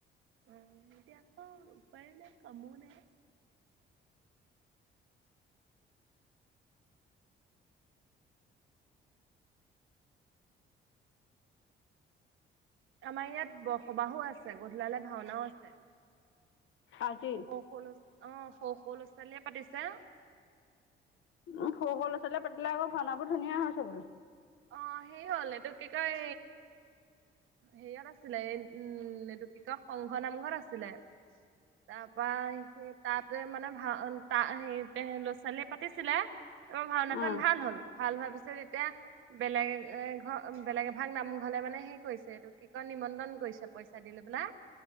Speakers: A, on the right; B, on the left.
A: উম এতিয়া আকৌ উপায় নাই কামো নাই আমাৰ ইয়াত বসবাহো আছে গধূলালে ভাওনাও আছে।
B: আজি
A: সৌ অ সৌ সৌ ল'ৰা ছোৱালীয়ে পাতিছে।
B: উম, সৰু সৰু লৰা ছোৱালীয়ে পাতিলে আক ভাওনাবোৰ ধুনীয়া হয় চাবলে
A: অ সেই হ'ল এইটো কি কয় হেৰিয়ত আছিলে উম ক সংঘ নামঘৰত আছিলে।
B: <inaudible>
A: তাপা সেই তাতে মানে ভাও সেই ল'ৰা ছোৱালীয়ে পাতিছিলে। তাৰপৰা ভাওনাখন
B: উম
A: ভাল হল ভাল হোৱাৰ পিছত এতিয়া। বেলেগ ঘৰ বেলেগ এভাগ নামঘলে মানে হেই কৰিছে এইটো কি কয় নিমন্ত্ৰণ কৰিছে পইচা দি লৈ না